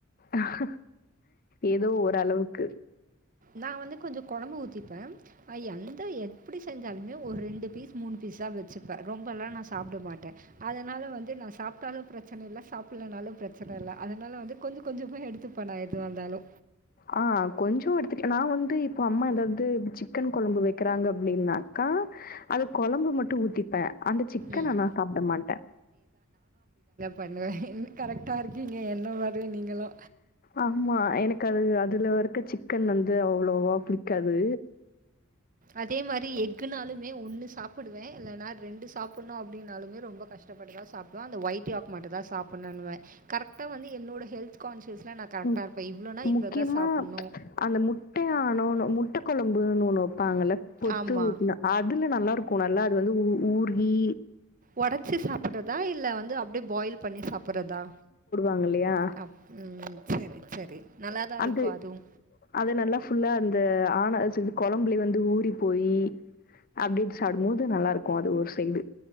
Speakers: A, on the left; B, on the right.
A: அஹ ஏதோ ஒரளவுக்கு
B: நா வந்து கொஞ்சோ கொழம்பு ஊத்திப்ப ஐ அந்த எப்படி செஞ்சாலுமே ஒரு ரெண்டு பீஸ் மூணு பீஸ்ஸா வச்சுப்பே ரொம்ப எல்லா நா சாப்பிட மாட்டே அதனால வந்து நா சாப்ட்டாலு ப்ரச்சன இல்ல சாப்பில்லனாலு ப்ரச்சன இல்ல அதனால வந்துட் கொஞ்ச கொஞ்சமா எடுத்துப்பே நா எதுவா இருந்தாலு
A: ஆ கொஞ்சோ எடுத்துக்க நா வந்து இப்போ அம்மா ஏதாவது பி சிக்கன் கொழம்பு வைக் க்கிறாங்க அப்டின்னாக்கா அது கொழம்பு மட்டு ஊத்திப்பே அந்த சிக்கன்
B: ம்
A: ஆனா சாப்ட மாட்டே
B: பண்ணுவே என் கரெக்டா இருக்கீங்க என்ன மாரியே நீங்களு
A: ஆம்மா எனக்கு அது அதுல இருக்க சிக்கன் வந்து அவ்ளோவா புடிக்காது
B: அதே மாரி எக்குனாலுமே ஒண்ணு சாப்பிடுவே இல்லைனா ரெண்டு சாப்பிடணு அப்படின்னாலமே ரொம்ப கஷ்டப்பட்டுதா சாப் க அந்த ஒயிட்யாக் மட்டுதா சாப்புணுன்னுவே கரெக்டா வந்து என்னோட ஹெல்த் கான்ஸியஸ்ல நாத் கரெக்டா
A: ம்.
B: இருப்பே இவ்ளோனா இவ்ளோ
A: முக்கியமா
B: தா சாப்புட்ணு
A: அந்த முட்டே ஆனோன்னு முட்ட கொழம்புன் ஒன்னு வப்பாங்கல்ல பொத்து
B: ஆமா.
A: ஊட்னா அதுல நல்லாருக்கு நல்லா அது வந்து ஊ ஊருகி
B: ஒடச்சி சாப்ட்றதா இல்ல வந்து அப்டி பாயில் பண்ணி சாப்ட்றதா
A: அங் இல்லையா
B: அப்புன் செரி செரி நல்லாதா
A: அந்த
B: இருக்கு அதுவு
A: அது நல்லா ஃபுல்லா அந்த ஆனாஸ் சிபு கொழம்புலே வந்து ஊறி போயி அப்டியே எடுத்து சாப்டும் போது நல்லாருக்கு அது ஒரு சைடு